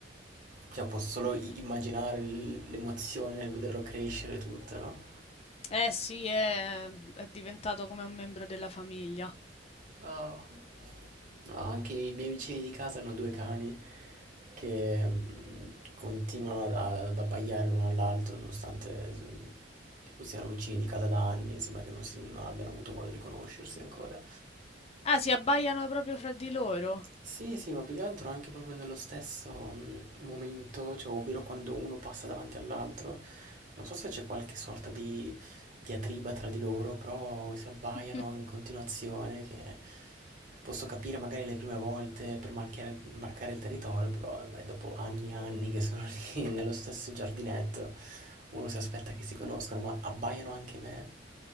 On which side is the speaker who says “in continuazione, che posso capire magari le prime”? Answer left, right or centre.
Right